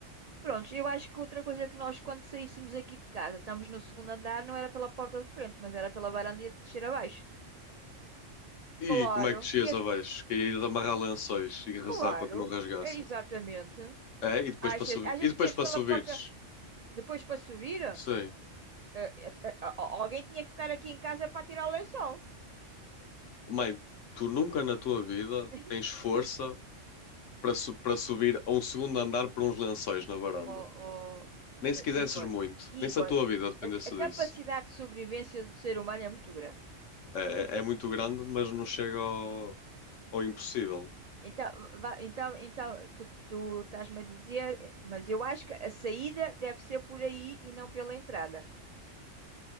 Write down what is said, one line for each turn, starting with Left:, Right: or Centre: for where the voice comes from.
Right: Pronto, eu acho que outra coisa que nós, quando saíssemos aqui de casa, estamos no segundo andar, não era pela porta de frente, mas era pela varanda e descer abaixo.
Left: E
Right: Claro,
Left: como é que descias
Right: ias,
Left: abaixo? Que ia de amarrar lençóis e rezar
Right: claro,
Left: para que não rasgassem.
Right: é exatamente.
Left: É, e depois
Right: Achas,
Left: para subir.
Right: achas
Left: E depois
Right: que ias
Left: para
Right: pela
Left: subires.
Right: porta depois para subir?
Left: Sim.
Right: Eh, eh, eh, alguém tinha que ficar aqui em casa para tirar o lençol.
Left: Mãe, tu nunca na tua vida
Right: <laughs>
Left: tens força para, su- para subir a um segundo andar por uns lençóis na varanda.
Right: ó- ó,
Left: Nem
Right: eh,
Left: se quisesses
Right: Igor,
Left: muito.
Right: Igor,
Left: Nem se a tua vida dependesse
Right: a, a
Left: disso.
Right: capacidade de sobrevivência do ser humano é muito grande.
Left: É, é- é muito grande, mas não chega ao, ao impossível.
Right: Então, vá- então, então tu, tu estás-me a dizer, eh, mas eu acho que a saída deve ser por aí e não pela entrada.